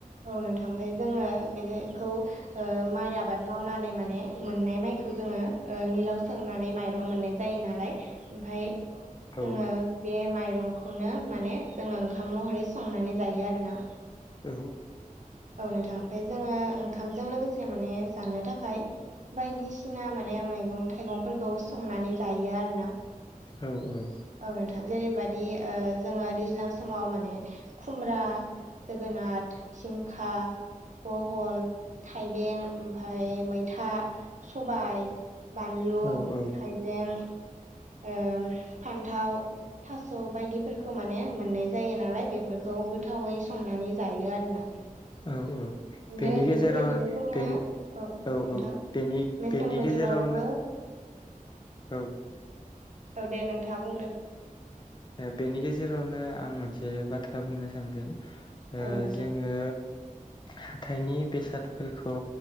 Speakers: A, on the right; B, on the left.
A: ओव नोंथां ओमफाय जोङो बेखौ ओ माइ आबाद मावनानै माने मोननाय माइखौ जोङो ओ मिलाव सौनानै माइरं मोननाय जायो नालाय ओमफाय जोङो
B: औ
A: बे माइरंखौनो माने जोङो ओंखाम महरै संनानै जायो आरोना?
B: औ
A: औ नोंथां ओमफाय जोङो ओंखामजों लोगोसे माने जानो थाखाय बायदिसिना माने मैगं थाइगंफोरखौ संनानै जायो आरोना
B: औ औ।
A: औ नोंथां। जेरैबायाददि जोङो दैज्लां समाव माने खुमब्रा जोगोनार जिंखा बहल थाइबें ओमफाय मैथा सबाय बानलु
B: औ औ
A: हाइजें ओम फान्थाव थास' बायदिफोरखौ माने मोननाय जायो नालाय बेफोरखौ गोथावै संनानै जायो आरोना
B: औ औ
A: ओमफ्राय
B: बेनि गेजेरावनो
A: बेफोरबायदिनो जोङो
B: बे औ औनि
A: नोंथां
B: बेनि
A: मेसें
B: बेनि
A: बोथोरावबो
B: गेजेरावनो औ।
A: औ दे नोंथाङा बुंग्रो।
B: बेनि गेजेरावनो आं मोनसे बाथ्रा बुंनो सानदों। ओ
A: औ नोंथां
B: जोङो हाथाइनि बेसादफोरखौ